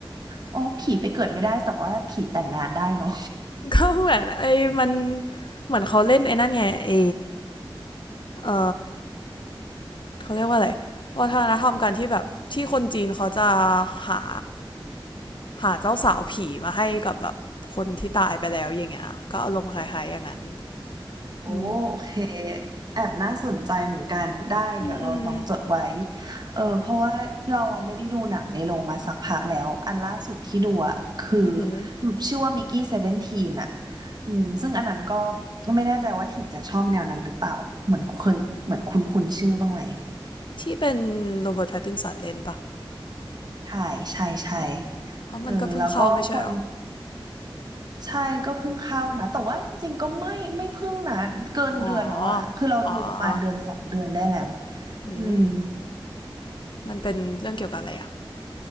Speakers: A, on the right; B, on the left.
A: โอ้ผีไปเกิดไม่ได้แต่ว่าผีแต่งงานได้เหรอ
B: <laughs> ก็เหมือนไอ้มันเหมือนเขาเล่นไอ้นั่นไงไอ้เออเขาเรียกว่าอะไรวัฒนธรรมการที่แบบที่คนจีนเขาจะหาหาเจ้าสาวผีมาให้กับแบบคนที่ตายไปแล้วอย่างเงี้ยก็อารมณ์คล้ายๆอย่างนั้น
A: โอ้โอเค
B: อืม
A: แอบน่าสนใจเหมือนกันได้เดี๋ยวเราลองจดไว้
B: อืมอืม
A: เออเพราะว่าเราอะไม่ได้ดูหนังในโรงมาสักพักแล้วอันล่าสุดที่ดูอ่ะคือ
B: อือหือ
A: ชื่อว่ามิกกี้เซเวนทีนอ่ะอืมซึ่งอันนั้นก็ไม่แน่ใจว่าถิ่งจะชอบแนวนั้นหรือเปล่าเหมือนเคยเหมือนคุ้นคุ้นชื่อบ้างไหม
B: ที่เป็นโรเบิร์ตแพตตินสันเล่นปะ
A: ใช่ใช่ใช่
B: อ๋อมันก็เพิ่งเข้าไม่ใช่หรอ
A: เออแล้วก็คน ใช่ก็เพิ่งเข้านะแต่ว่าจริงๆก็ไม่ไม่เพิ่งนะเกินเดือนแล้วอ่ะคือเราดูประมาณเดือนสองเดือนได้แล้ว
B: อ๋ออ๋ออ๋ออืม
A: อืม
B: มันเป็นเรื่องเกี่ยวกับอะไรอ่ะ